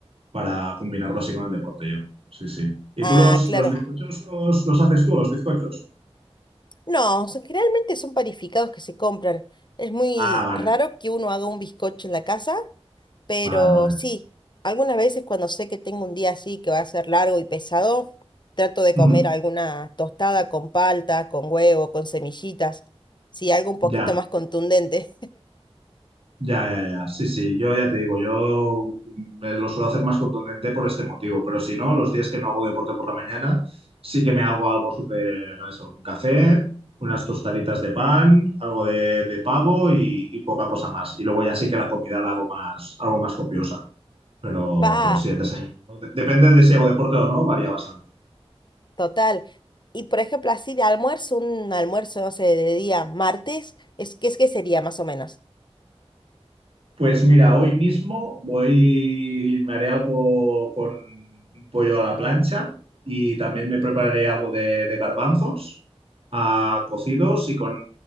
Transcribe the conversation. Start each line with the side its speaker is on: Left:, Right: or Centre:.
Right: para combinarlo así con el deporte yo. Sí, sí. ¿Y
Left: Ah,
Right: tú los,
Left: claro.
Right: los bizcochos los, los haces tú, los bizcochos?
Left: No, son- generalmente son panificados que se compran. Es muy
Right: Ah, vale,
Left: raro que uno haga un bizcocho en la casa. Pero
Right: vale, vale.
Left: sí, algunas veces cuando sé que tengo un día así que va a ser largo y pesado, trato de comer
Right: Ujú.
Left: alguna tostada con palta, con huevo, con semillitas, sí, algo un poquito
Right: Ya.
Left: más contundente.
Right: Ya, ya, ya. Sí, sí, yo ya te digo, yo me lo suelo hacer más contundente por este motivo, pero si no, los días que no hago deporte por la mañana, sí que me hago algo súper, eso, un café, unas tostaditas de pan, algo de, de pavo y, y poca cosa más. Y luego ya sí que la comida la hago más, algo más copiosa, pero,
Left: <laughs> Pa,
Right: pero sí, el desayuno. de- Depende de si hago deporte o no, varía bastante.
Left: total. Y por ejemplo, así de almuerzo, un almuerzo, no sé, de día martes, es, ¿qué es que sería más o menos?
Right: Pues mira, hoy mismo voy, me haré algo con un pollo a la plancha y también me prepararé algo de, de garbanzos ah, cocidos y con,